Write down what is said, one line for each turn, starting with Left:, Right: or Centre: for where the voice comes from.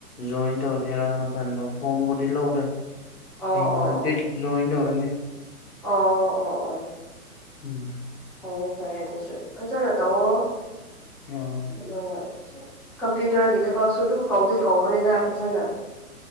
Left: ꯖꯣꯏꯟ ꯇꯧꯔꯁꯤꯔꯥꯅ ꯈꯟꯕ ꯐꯣꯔꯝꯕꯨꯗꯤ ꯂꯧꯔꯦ
Centre: ꯑꯣ
Left: ꯍꯌꯦꯡ
Centre: ꯑꯣ
Left: ꯍꯪꯆꯤꯠ ꯖꯣꯏꯟ ꯇꯧꯔꯅꯤ
Centre: ꯑꯣ ꯑꯣ ꯑꯣ ꯑꯣ
Left: ꯎꯝ
Centre: ꯑꯣ ꯐꯩꯌꯦ ꯑꯗꯨꯁꯨ ꯐꯖꯅ ꯇꯧꯋꯣ
Left: ꯑꯣ
Centre: ꯑꯗꯨꯒ ꯀꯝꯄ꯭ꯌꯨꯇꯔꯒꯤ ꯊꯕꯛꯁꯨ ꯑꯗꯨꯝ ꯀꯧꯗꯤ ꯀꯧꯕꯅꯤꯗ ꯐꯖꯅ